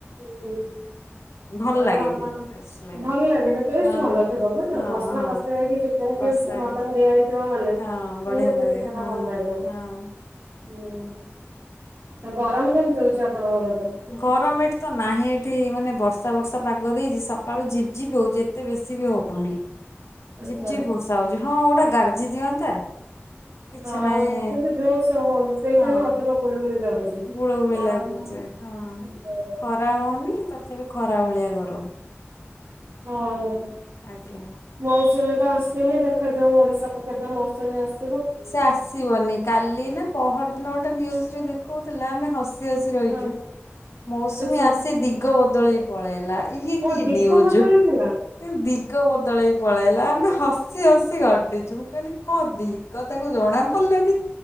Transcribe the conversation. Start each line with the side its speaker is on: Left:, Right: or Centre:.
Right: ହୁଁ।
Left: ଭଲ
Right: ଆଉ
Left: ଲାଗେ
Right: ଆପଣ
Left: ବି ଟେଷ୍ଟ
Right: ଭଲ ଲାଗେ ଟେଷ୍ଟ
Left: ହଁ
Right: ଭଲ ଥିବ ନା
Left: ହଁ
Right: ମସଲା
Left: ହଁ
Right: କଷା ହେଇକି ଚିକେନ୍
Left: କଷା
Right: କି
Left: ହେଇକି
Right: ମଟନ୍ ଦିଆହେଇଥିବ ମାନେ
Left: ହଁ ବଢିଆ
Right: ନିହାତି
Left: ଲାଗେ
Right: ପିଠା ଟା
Left: ହଁ।
Right: ଭଲ ଲାଗେ। ହୁଁ
Left: ହଁ
Right: ଆଉ ଗରମ କେମିତି ହଉଛି ଆପଣଙ୍କ ଘ
Left: ଗରମ ଏଠି ତ ନାହିଁ ଏଠି ମାନେ ବର୍ଷା ବର୍ଷା ପାଗ ଦେଇଛି ସକାଳୁ ଝିପଝିପି ହଉଛି ଏତେ ବେଶୀ ବି ହଉନି।
Right: ଆଚ୍ଛା
Left: ଝିପଝିପ୍
Right: ଆଚ୍ଛା
Left: ବର୍ଷା ହଉଛି ହଁ ଗୋଟା ଗର୍ଜି ଦିଅନ୍ତା। କିଛି
Right: ହଁ
Left: ନାହିଁ
Right: କିନ୍ତୁ ଜୋରସେ ହଉନି ସେଇଟା
Left: ହଁ
Right: ହିଁ ଅଧିକ ଗୁଳି ଗୁଳି ଲାଗୁଛି।
Left: ଗୁଳୁ ଗୁଳି
Right: ଗରମ
Left: ଲାଗୁଛି ହଁ
Right: ପାଇଁ
Left: ଖରା ହଉନି। ତଥାପି ଖରା ଭଳିଆ ଗରମ।
Right: ହଁ।
Left: ଆଜ୍ଞା।
Right: ମୌସୁମୀ। ଆସନି ଦେଖାଯାଉ ଓଡିଶାକୁ କେବେ ମୌସୁମୀ ଆସୁ
Left: ସେ ଆସିବନି କାଲି ନା ପହର ଦିନ ଗୋଟେ ନ୍ୟୁଜରେ ଦେଖ। କହୁଥିଲା ଆମେ ହସ ସି ରହିଛୁ
Right: ହଁ
Left: ମୌସୁମୀ
Right: ଆଚ୍ଛା
Left: ଆସେ ଦିଗ ବ ବଦଳେଇ ପଳେଇଲା। ଇଏ
Right: ଓ
Left: କି
Right: ଦିଗ
Left: ନ୍ୟୁଜ
Right: ବଦଳିଥିଲା।
Left: ଦିଗ ବଦଳେଇ ପଳେଇଲା। ଆମେ ହସି ହସି ଗଡିଛୁ ମୁଁ କହିଲି କଣ ଦି କ ତାକୁ ଜଣା ପଡିଲାନି।